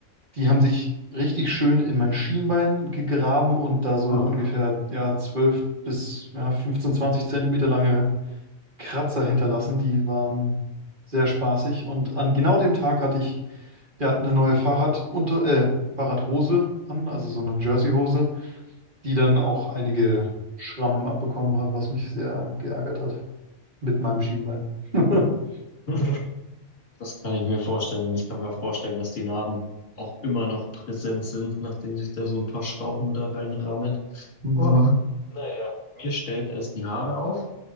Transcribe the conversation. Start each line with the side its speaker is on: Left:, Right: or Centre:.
Right: die haben sich richtig schön in mein Schienbein gegraben und da so
Left: Ah.
Right: ungefähr ja, 12 bis ja, 15, 20 Zentimeter lange Kratzer hinterlassen. Die waren sehr spaßig und an genau dem Tag hatte ich der hat eine neue Fahrradunter, äh, Fahrradhose an, also so eine Jerseyhose, die dann auch einige Schrammen abbekommen hat, was mich sehr geärgert hat. Mit meinem Schienbein. <laughs>
Left: ah. Das kann ich mir vorstellen. Ich kann mir auch vorstellen, dass die Narben auch immer noch präsent sind, nachdem sich da so ein paar Schrauben da reinrammen.
Right: Hm.
Left: Oh, naja, mir stellt es die Haare auf.